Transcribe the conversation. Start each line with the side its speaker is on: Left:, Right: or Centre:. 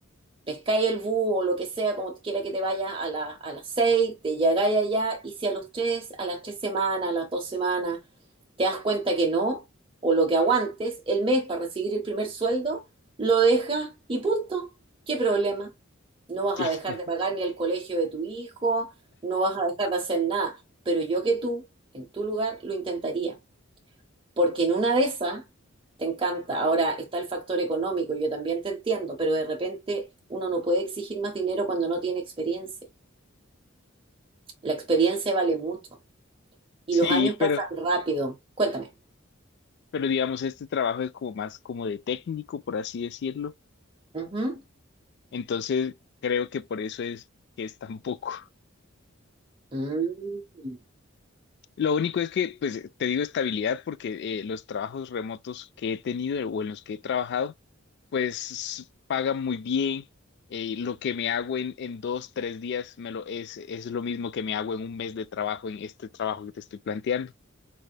Right: pescáis el búho o lo que sea, como quiera que te vayas a la, a las seis, te llegáis allá y si a los tres, a las tres semanas, a las dos semanas, te das cuenta que no, o lo que aguantes el mes para recibir el primer sueldo, lo dejas y punto. ¿Qué problema? No vas
Left: <laughs>
Right: a dejar de pagar ni el colegio de tu hijo, no vas a dejar de hacer nada. Pero yo que tú, en tu lugar, lo intentaría. Porque en una de esas te encanta. Ahora está el factor económico, yo también te entiendo, pero de repente uno no puede exigir más dinero cuando no tiene experiencia. La experiencia vale mucho y
Left: sí,
Right: los años pasan
Left: pero,
Right: rápido. Cuéntame.
Left: pero digamos, este trabajo es como más como de técnico, por así decirlo.
Right: Ujú.
Left: Entonces, creo que por eso es que es tan poco.
Right: Mm,
Left: Lo único es que, pues, te digo estabilidad porque eh, los trabajos remotos que he tenido o en los que he trabajado, pues, pagan muy bien. Eh, lo que me hago en, en dos, tres días me lo, es, es lo mismo que me hago en un mes de trabajo en este trabajo que te estoy planteando.